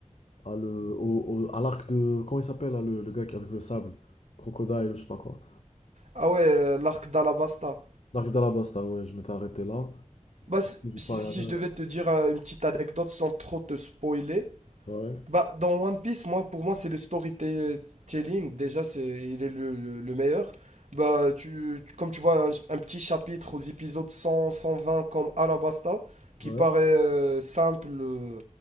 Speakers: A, on the left; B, on the right.
A: à le, au- au- à l'arc de. Comment il s'appelle, là, le, le gars qui- avec le sable? Crocodile ou je sais pas quoi.
B: Ah ouais, euh, l'arc d'Alabasta.
A: L'arc d'Alabasta, ouais, je m'étais arrêté là.
B: Bah, si,
A: J'ai
B: si
A: pas regardé.
B: si je devais te dire euh, une petite anecdote sans trop te spoiler,
A: Ouais.
B: Bah, dans One Piece, moi, pour moi, c'est le storytelling. Déjà, c'est, il est le, le- le meilleur. Bah, tu, comme tu vois, un, un petit chapitre aux épisodes 100, 120 comme Alabasta, qui
A: Ouais.
B: paraît euh, simple, euh,